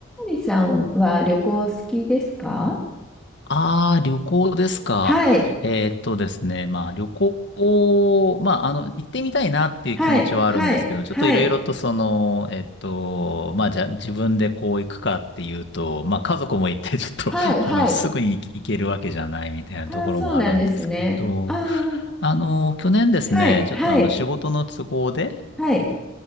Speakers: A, in the centre; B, on the left.
A: みさんは旅行好きですか
B: ああ、旅行ですか。
A: はい、
B: えーっとですね、まあ旅行を、まああの、行ってみたいなっていう気持ちはあるんですけど、
A: はい、はい、はい、
B: ちょっといろいろとその、えっと、まあじゃあ自分でこう行くかっていうと、まあ家族も行ってちょっと、
A: はい、
B: <laughs> あの、
A: はい。
B: すぐに行けるわけじゃないみたいなところもあるんですけど、
A: ああ、そうなんですね。ああ、
B: あの、去年ですね、
A: はい、
B: ちょっとあの仕事の都合で、
A: はい、はい、